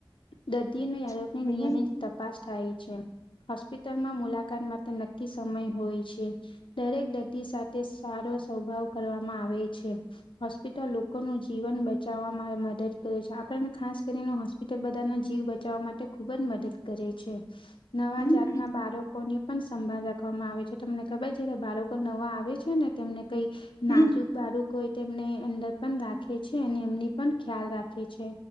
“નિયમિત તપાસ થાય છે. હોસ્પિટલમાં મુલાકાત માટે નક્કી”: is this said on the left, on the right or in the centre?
Left